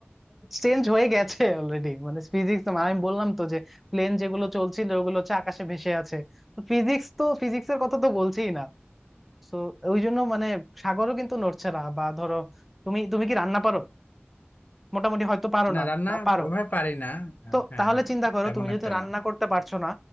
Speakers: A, in the centre; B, on the left.
A: চেঞ্জ হয়ে গেছে অলরেডি মানে ফিজিক্স তো আমি বললাম তো যে প্লেন যেগুলো চলছিল ওগুলো হচ্ছে আকাশে ভেসে আছে তো ফিজিক্স তো ফিজিক্সের কথা তো বলছিই না তো ওই জন্য মানে সাগরও কিন্তু নড়ছে না বা ধরো তুমি তুমি কি রান্না পারো মোটামুটি হয়তো পারো
B: না
A: না
B: রান্না
A: বা পারো
B: ওভাবে পারি না হ্যাঁ
A: তো
B: হ্যাঁ
A: তাহলে
B: হ্যাঁ,
A: চিন্তা করো
B: তেমন
A: তুমি যেহেতু
B: একটা
A: রান্না
B: না
A: করতে পারছো না